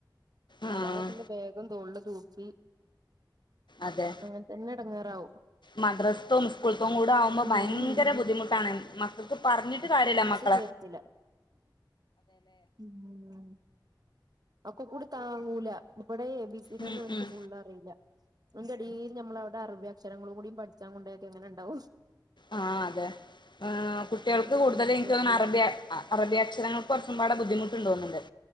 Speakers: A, on the left (about 70°); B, on the right (about 55°).
A: ആഹ്
B: അലക്കിന്റെയ് ബാഗും തോളിൽ തൂക്കി.
A: അതെ.
B: അങ്ങൻത്തെന്നെ എടങ്ങേറാവും.
A: മദ്രസ്ത്തോം, സ്കൂൾത്തോകൂടെ ആവുമ്പോ
B: ഉം
A: ഭയങ്കര ബുദ്ധിമുട്ടാണ് മക്കക്ക് പർഞ്ഞ്ട്ട് കാര്യല്ല മക്ക
B: ചേർത്തില. ഉം. ഒകോ കൂടി താങ്ങൂല. ഇവടെ എ ബി സി ടി,
A: ഉം
B: ന്നെ ഓൻക്ക്
A: ഉം
B: ഫുള്ളറീല. അയി ൻ്റെടില് നമ്മള് അവ്ടെ അറബി അക്ഷരങ്ങളും കൂടി പഠ്ച്ചാ കൊണ്ടയാക്ക്യാ എങ്ങനെണ്ടാവും.
A: ആ, അതെ കുട്ട്യാൾക്ക്
B: അപ്പൊ
A: കൂടുതല്
B: ഞാൻ
A: ഇൻക്ക്തോന്ന്ണ്
B: ചേർത്തില്ല
A: അറബി അ അറബി അക്ഷരങ്ങൾക്ക് കൊർച്ചുമ്പാടെ ബുദ്ധിമുട്ട്ണ്ട് തോന്ന്ണ്ട്.